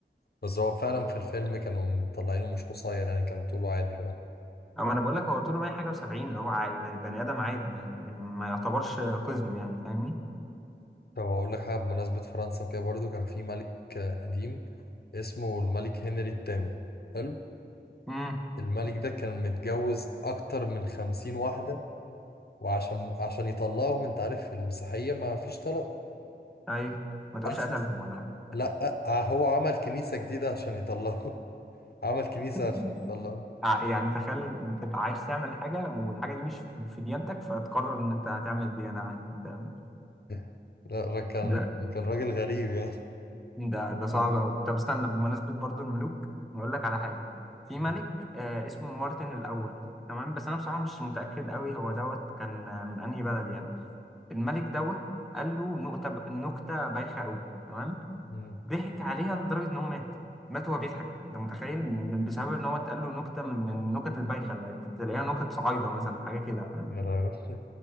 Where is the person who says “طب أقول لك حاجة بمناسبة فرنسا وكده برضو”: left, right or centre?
Left